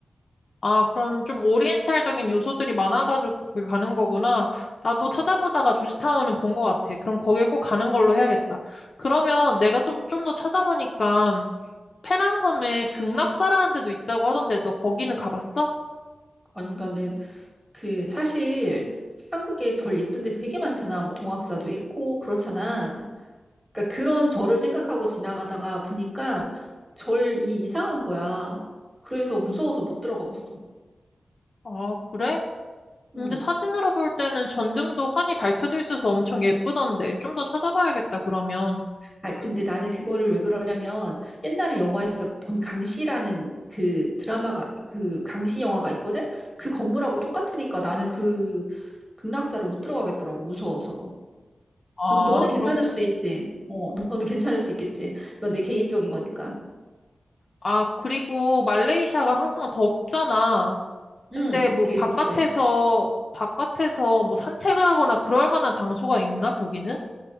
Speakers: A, on the left; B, in the centre.
A: 아, 그런 좀 오리엔탈적인 요소들이 많아가지고 거길 가는 거구나. 나도 찾아보다가 조지타운은 본 것 같아. 그럼 거길 꼭 가는 걸로 해야겠다. 그러면 내가 좀, 좀 더 찾아보니까 페낭섬에 극락사라는 데도 있다고 하던데 너 거기는 가봤어?
B: 아니, 나는 그 사실 한국에 절 예쁜 데 되게 많잖아. 뭐 동학사도 있고 그렇잖아. 그러니까 그런 절을 생각하고 지나가다가 보니까 절이 이상한 거야. 그래서 무서워서 못 들어가 봤어.
A: 아, 그래? 근데
B: 음.
A: 사진으로 볼 때는 전등도 환히 밝혀져 있어서 엄청 예쁘던데. 좀 더 찾아봐야겠다, 그러면.
B: 아,
A: 그,
B: 근데 나는 그거를 왜 그러냐면 옛날에 영화에서 본 강시라는 그 드라마가 그 강시 영화가 있거든. 그 건물하고 똑같으니까 나는 그 극락사를 못 들어가겠더라고. 무서워서.
A: 아,
B: 근데 너는 괜찮을
A: 그렇구
B: 수 있지. 어, 너는 괜찮을 수 있겠지. 이건 내 개인적인 거니까.
A: 아, 그리고 말레이시아가 항상 덥잖아. 근데
B: 응,
A: 뭐
B: 되게
A: 바깥에서
B: 덥지.
A: 바깥에서 뭐 산책을 하거나 그럴 만한 장소가 있나 거기는?